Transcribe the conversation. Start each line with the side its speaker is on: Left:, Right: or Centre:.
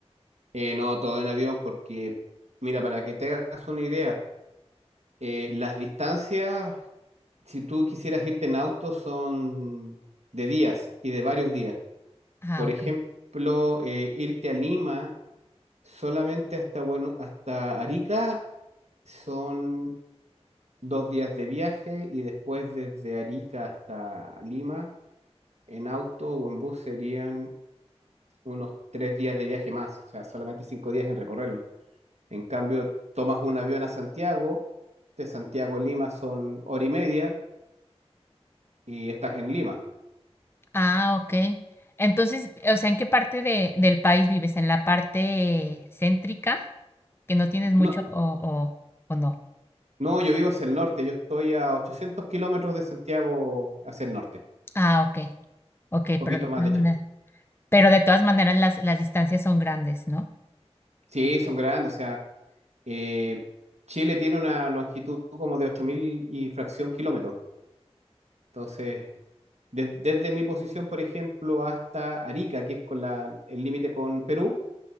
Right: eh, no todo en avión porque, mira, para que te hagas una idea, Eh, las distancias, si tú quisieras irte en auto, son de días y de varios días.
Left: Ah,
Right: Por
Left: ok.
Right: ejemplo, eh, irte a Lima solamente hasta, bueno, hasta Arica son dos días de viaje y después desde Arica hasta Lima en auto o en bus serían unos tres días de viaje más, o sea, solamente cinco días en recorrerlo. En cambio, tomas un avión a Santiago, de Santiago a Lima son hora y media y estás en Lima.
Left: Ah, ok. Entonces, o sea, ¿en qué parte de, del país vives? ¿En la parte céntrica, que no tienes mucho
Right: No,
Left: o, o, o no?
Right: no, yo vivo hacia el norte, yo estoy a 800 kilómetros de Santiago hacia el norte,
Left: Ah, ok, ok,
Right: poquito
Left: pero, de todas
Right: más de hecho.
Left: maneras- pero de todas maneras las, las distancias son grandes, ¿no?
Right: Sí, son grandes, o sea, eh, Chile tiene una longitud como de 8.000 y fracción kilómetros. Entonces, des- desde mi posición, por ejemplo, hasta Arica, que es con la, el límite con Perú,